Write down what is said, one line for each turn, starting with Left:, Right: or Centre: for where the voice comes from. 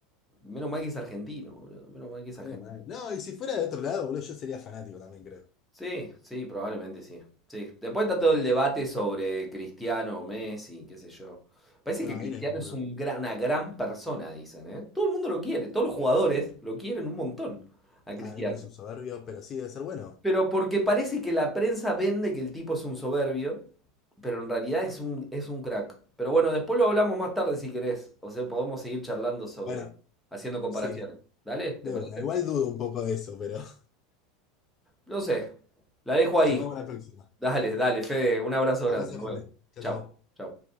Centre: menos mal que es argentino, boludo, menos mal que es argentino.
Left: Menos mal. No, y si fuera de otro lado, boludo, yo sería fanático también, creo.
Centre: Sí, sí, probablemente sí, sí. Después está todo el debate sobre Cristiano o Messi, qué sé yo. Parece
Left: No,
Centre: que Cristiano
Left: ahí no hay ninguno.
Centre: es un gran, una gran persona, dicen, ¿eh? Todo el mundo lo quiere, todos los jugadores lo quieren un montón a Cristiano.
Left: A mí me parece un soberbio, pero sí debe ser bueno.
Centre: Pero porque parece que la prensa vende que el tipo es un soberbio, pero en realidad es un, es un crack. Pero bueno, después lo hablamos más tarde si querés. O sea, podemos seguir charlando sobre,
Left: Bueno,
Centre: haciendo comparaciones.
Left: sí.
Centre: Dale, ¿te
Left: De
Centre: parece?
Left: una, igual dudo un poco de eso, pero <laughs>
Centre: No sé. La dejo ahí.
Left: charlamos la próxima.
Centre: Dale, dale, Fede. Un abrazo
Left: Abrazo
Centre: grande. Nos
Left: grande.
Centre: vemos.
Left: Chao,
Centre: Chau,
Left: chao.
Centre: chau.